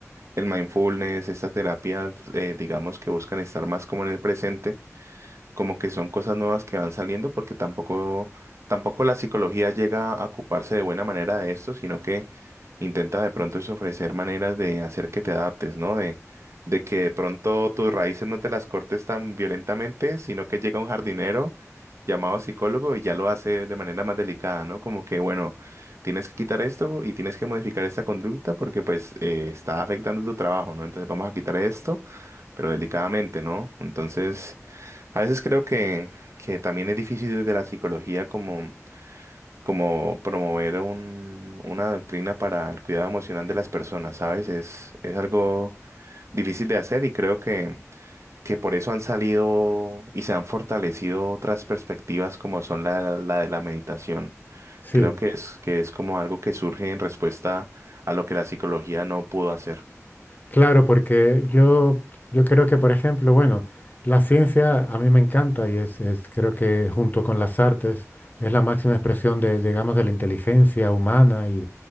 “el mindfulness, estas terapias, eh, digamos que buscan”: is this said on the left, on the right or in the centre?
Right